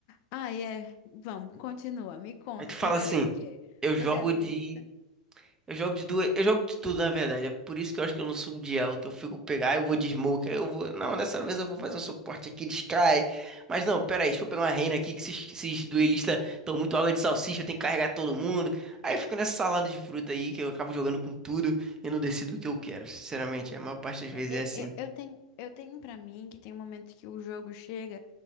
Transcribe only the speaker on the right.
Aí tu fala
assim,
eu
jogo
de Eu jogo de duas, eu jogo de tudo, na verdade. É por isso que eu acho que eu não subo de elo, que eu fico pegar, eu vou de smoke, aí eu vou, não, dessa vez eu vou fazer um suporte aqui de Sky. Mas não, pera aí, deixa eu pegar uma reina aqui que esses, esses duelistas estão muito água de salsicha, eu tenho que carregar todo mundo. Aí eu fico nessa salada de fruta aí que eu acabo jogando com tudo e não decido o que eu quero, sinceramente, a maior parte das
vezes é assim.